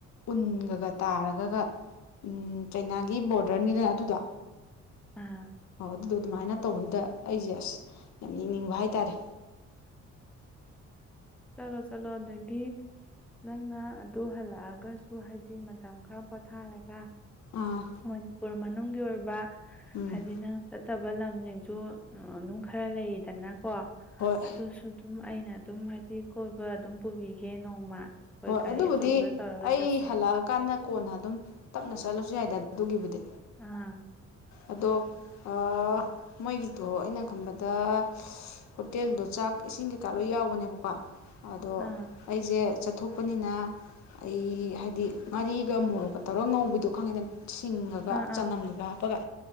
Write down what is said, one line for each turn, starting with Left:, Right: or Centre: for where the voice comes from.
Left: ꯎꯟꯒꯒ ꯇꯥꯔꯒꯒ ꯎꯝ ꯆꯩꯅꯥꯒꯤ ꯕꯣꫪꯗꫪꯅꯤꯗꯅ ꯑꯗꯨꯗꯣ
Centre: <unintelligible>
Left: ꯑꯣ ꯑꯗꯨꯗꯣ ꯑꯗꯨꯃꯥꯏꯅ ꯇꯧꯕꯗꯨꯗ ꯑꯩꯁꯦ ꯑꯁ ꯌꯥꯝ ꯌꯦꯡꯅꯤꯡꯕ ꯍꯥꯏꯇꯥꯔꯦ
Centre: ꯆꯂꯣ ꯆꯂꯣ ꯑꯗꯒꯤ ꯅꯪꯅ ꯑꯗꯨ ꯍꯜꯂꯛꯑꯒꯁꯨ ꯍꯥꯏꯗꯤ ꯃꯇꯝ ꯈꯔ ꯄꯣꯊꯥꯔꯒ
Left: ꯑꯥ
Centre: ꯃꯅꯤꯄꯨꯔ ꯃꯅꯨꯡꯒꯤ ꯑꯣꯏꯕ
Left: ꯎꯝ
Centre: ꯍꯥꯏꯗꯤꯅ ꯆꯠꯇꯕ ꯂꯝꯁꯤꯡꯁꯨ ꯑꯗꯨꯝ ꯈꯔ ꯂꯩꯗꯅꯀꯣ
Left: ꯍꯣꯏ
Centre: ꯑꯗꯨꯁꯨ ꯑꯗꯨꯝ ꯑꯩꯅ ꯑꯗꯨꯝ ꯍꯥꯏꯗꯤ ꯀꯣꯏꯕ ꯑꯗꯨꯝ ꯄꯨꯕꯤꯒꯦ ꯅꯣꯡꯃ ꯑꯩꯈꯣꯏ
Left: ꯍꯣꯏ
Centre: ꯒꯥꯔꯤ
Left: ꯑꯗꯨꯕꯨꯗꯤ
Centre: ꯑꯆꯧꯕꯗ ꯇꯧꯔꯒ
Left: ꯑꯩ
Centre: ꯆꯠꯁꯦ
Left: ꯍꯜꯂꯛꯑꯀꯥꯟꯗ ꯀꯣꯟꯅ ꯑꯗꯨꯝ ꯇꯞꯅ ꯆꯠꯂꯁꯨ ꯌꯥꯏꯗꯦ ꯑꯗꯨꯒꯤꯕꯨꯗꯤ
Centre: ꯑꯥ
Left: ꯑꯗꯣ ꯑꯥ ꯃꯣꯏꯒꯤꯗꯣ ꯑꯩꯅ ꯈꯟꯕꯗ ꯍꯣꯇꯦꯜꯗꯣ ꯆꯥꯛ ꯏꯁꯤꯡ ꯀꯩꯀꯥ ꯂꯣꯏ ꯌꯥꯎꯕꯅꯦꯕꯀꯣ ꯑꯗꯣ
Centre: ꯑꯥ
Left: ꯑꯩꯖꯦ ꯆꯠꯊꯣꯛꯄꯅꯤꯅ ꯑꯩ ꯍꯥꯏꯗꯤ ꯉꯥꯔꯤꯒ ꯃꯣꯔꯣꯛꯀꯥ ꯇꯧꯔ ꯉꯧꯕꯗꯣ ꯈꯪꯉꯦꯗ ꯁꯤꯡꯒꯒ
Centre: ꯑꯥ
Left: ꯆꯅꯝꯒꯒ
Centre: ꯑꯥ
Left: ꯍꯥꯞꯄꯒ